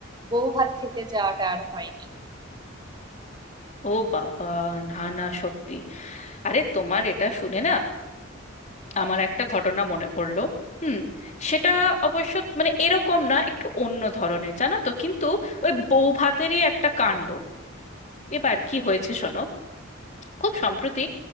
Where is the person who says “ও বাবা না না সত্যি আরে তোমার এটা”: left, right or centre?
Left